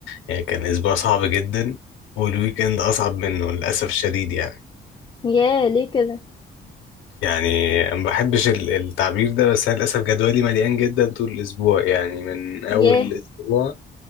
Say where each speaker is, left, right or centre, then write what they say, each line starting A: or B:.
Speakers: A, on the left (about 85°); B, on the left (about 20°).
A: يعني كان اسبوع صعب جدا والويك اند اصعب منه للاسف الشديد يعني
B: ياه ليه كده
A: يعني ما بحبش ال- التعبير ده بس انا للاسف جدولي مليان جدا طول الاسبوع يعني من اول
B: ياه
A: الاسبوع